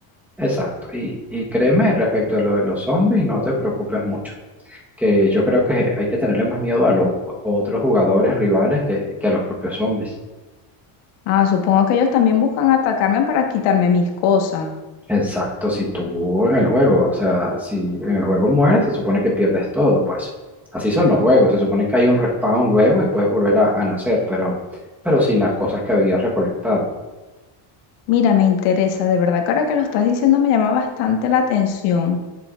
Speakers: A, in the centre; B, on the left.
A: Exacto. Y, y créeme, respecto a lo de los zombies, no te preocupes mucho, que yo creo que hay que tenerle más miedo a los o- otros jugadores rivales que, que a los propios zombies.
B: Ah, supongo que ellos también buscan atacarme para quitarme mis cosas.
A: Exacto, si tú en el juego, o sea, si en el juego mueres, se supone que pierdes todo, pues. Así son los juegos, se supone que hay un respawn luego y puedes volver a, a nacer, pero, pero sin las cosas que habías recolectado.
B: Mira, me interesa, de verdad que ahora que lo estás diciendo me llama bastante la atención,